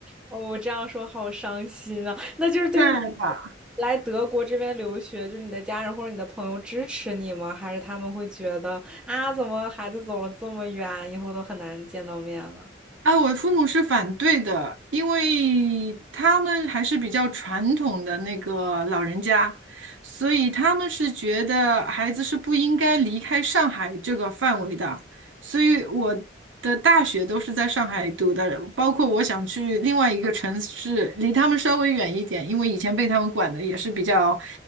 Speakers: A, in the centre; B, on the right (about 75°).
A: 哦，我这样说好伤心啊！那就是对于你
B: 对的，
A: 来德国这边留学，就是你的家人或者你的朋友支持你吗？还是他们会觉得啊，怎么孩子走了这么远，以后都很难见到面了？
B: 哎，我父母是反对的，因为他们还是比较传统的那个老人家，所以他们是觉得孩子是不应该离开上海这个范围的。所以我的大学都是在上海读的，包括我想去另外一个城市，离他们稍微远一点，因为以前被他们管的也是比较